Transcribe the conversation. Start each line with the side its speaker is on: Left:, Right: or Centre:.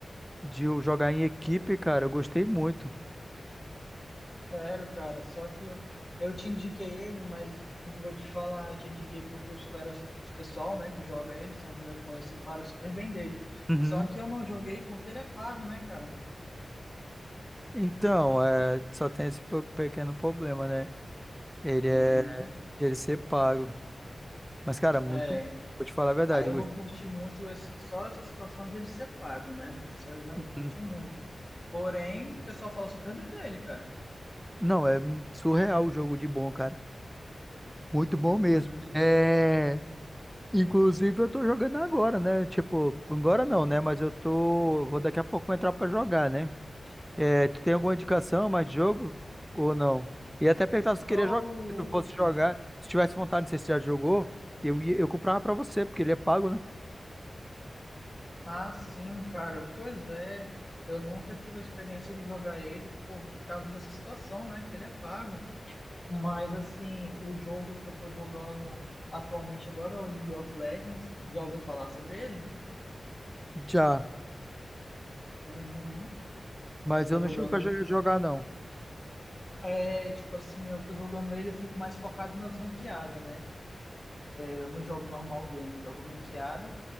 Centre: de eu jogar em equipe, cara. Eu gostei muito.
Left: Sério, cara. Só que eu, eu te indiquei ele, mas vou te falar, eu te indiquei porque os caras, os pessoal, né, que joga ele, são meus conhecidos, falaram super bem dele.
Centre: Uhum.
Left: Só que eu não joguei porque ele é pago, né, cara?
Centre: Então, é, só tem esse pe- pequeno problema, né? Ele
Left: Uhum.
Centre: é de ele ser pago. Mas, cara, muito.
Left: É.
Centre: Vou te falar a verdade,
Left: Aí eu
Centre: eu gostei.
Left: não curti muito esse, só essa situação de ele ser pago, né? Isso aí eu já não
Centre: muito.
Left: curti muito. Porém, o pessoal fala super bem dele, cara.
Centre: Não, é surreal o jogo de bom, cara. Muito bom
Left: Uhum.
Centre: mesmo. É, inclusive eu tô jogando agora, né? Tipo, agora não, né? Mas eu tô, vou daqui a pouco entrar pra jogar, né? É, tu tem alguma indicação mais de jogo ou não? E até perguntar se tu queria
Left: Só
Centre: jogar,
Left: o
Centre: se tu fosse jogar, se tivesse vontade, não sei se já jogou, eu ia, eu comprava pra você, porque ele é pago, né?
Left: Ah, sim, cara. Pois é. Eu nunca tive a experiência de jogar ele por causa dessa situação, né? Que ele é pago. Mas, assim, o jogo que eu tô jogando atualmente agora é o League of Legends. Já ouviu falar sobre ele?
Centre: Já,
Left: Uhum.
Centre: mas
Left: Eu tô
Centre: eu não
Left: jogando.
Centre: chego pra jo- jogar não.
Left: É, tipo assim, eu tô jogando ele, eu fico mais focado nas ranqueadas, né? Eu não jogo normal game, eu jogo ranqueada.